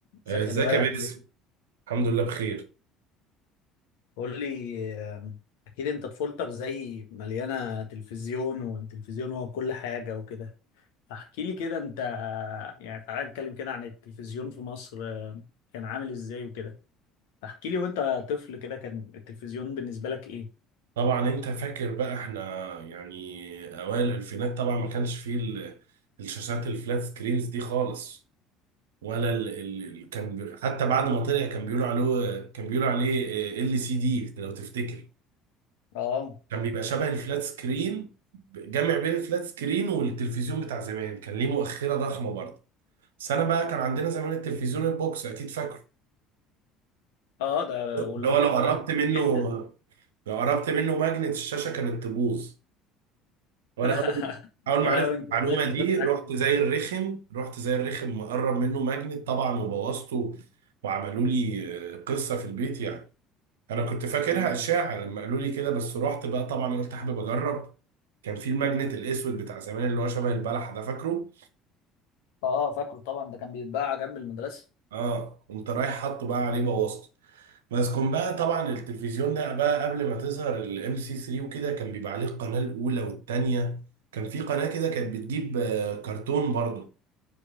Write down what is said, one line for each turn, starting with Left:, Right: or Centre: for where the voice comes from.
Left: ازيك
Right: آه، ازيك
Left: يا لؤي
Right: يا باسم
Left: عامل ايه؟
Right: الحمد لله بخير
Left: قول لي آم، اكيد انت طفولتك زي مليانه تلفزيون والتلفزيون هو كل حاجه وكده فاحكي لي كده انت يعني تعالى نتكلم كده عن التلفزيون في مصر آم، كان عامل ازاي وكده فاحكي لي وانت طفل كده كان التلفزيون بالنسبه لك ايه؟
Right: طبعا انت فاكر بقى احنا يعني اوائل الالفينات طبعا ما كانش فيه ال- الشاشات الفلات سكرينز دي خالص ولا ال ال كان بي- حتى بعد ما طلع كان بيقولوا عليه كان بيقولوا عليه ال سي دي لو تفتكر
Left: اه
Right: كان بيبقى شبه الفلات سكرين جمع بين الفلات سكرين والتلفزيون بتاع زمان كان ليه مؤخرة ضخمة برضه بس انا بقى كان عندنا زمان التلفزيون البوكس اكيد فاكره
Left: اه ده واللي
Right: اللي هو
Left: هو بيبقى
Right: لو قربت
Left: تقيل
Right: منه
Left: جدا
Right: لو قربت منه ماجنت الشاشة كانت تبوظ وانا
Left: <laughs>
Right: اول اول
Left: يا
Right: ما
Left: لهوي
Right: عرفت
Left: انت
Right: المعلومه
Left: ازاي افتكرت
Right: دي رحت
Left: حاجه زي
Right: زي الرخم رحت زي الرخم مقرب منه ماجنت طبعا وبوظته وعملوا لي آه، قصه في البيت يعني انا كنت فاكرها
Left: دي؟
Right: اشاعه لما قالوا لي كده بس رحت بقى طبعا قلت حابب اجرب كان في الماجنت الاسود بتاع زمان اللي هو شبه البلح ده فاكره
Left: اه فاكره طبعا ده كان بيتباع جنب المدرسه
Right: اه قمت رايح حاطه بقى عليه بوظته بس كان بقى طبعا التلفزيون ده بقى قبل ما تظهر الام سي 3 وكده كان بيبقى عليه القناه الاولى والثانيه كان في قناه كده كانت بتجيب آه، كرتون برضه